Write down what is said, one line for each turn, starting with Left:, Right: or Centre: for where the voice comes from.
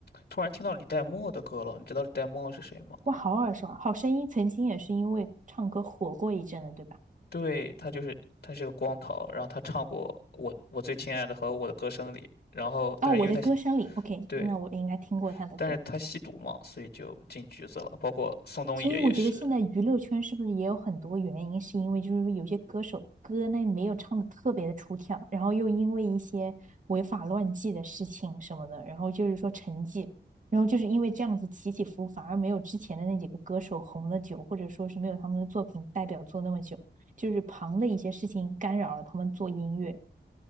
Left: 突然听到李代沫的歌了，你知道李代沫是谁吗？
Right: 哇，好耳熟啊！好声音曾经也是因为唱歌火过一阵的，对吧？
Left: 对，他就是他是个光头，然后他唱过我我最亲爱的和我的歌声里，然后但是因为他吸
Right: 哦，我的歌声里，OK，
Left: 对，
Right: 那我应该听过他的歌。
Left: 但是他吸毒嘛，所以就进局子了，包括宋冬野也是，
Right: 所以我觉得现在娱乐圈是不是也有很多原因，是因为就是说有些歌手歌呢没有唱的特别的出挑，然后又因为一些违法乱纪的事情什么的，然后就是说沉寂，然后就是因为这样子起起伏伏，反而没有之前的那几个歌手红的久，或者说是没有他们的作品代表作那么久，就是旁的一些事情干扰了他们做音乐，